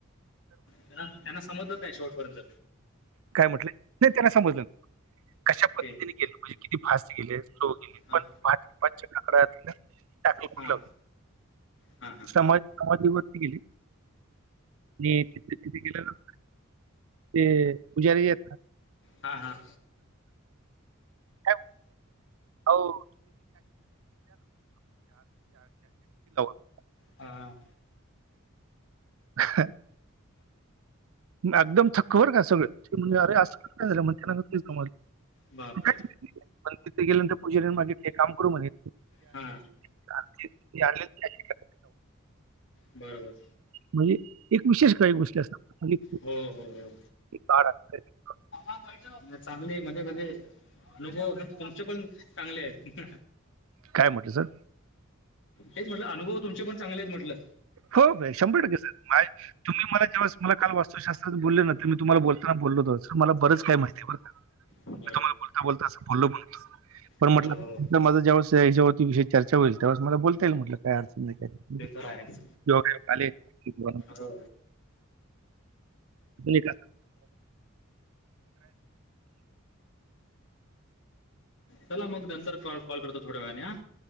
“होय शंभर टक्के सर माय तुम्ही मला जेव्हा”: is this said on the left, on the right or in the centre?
Right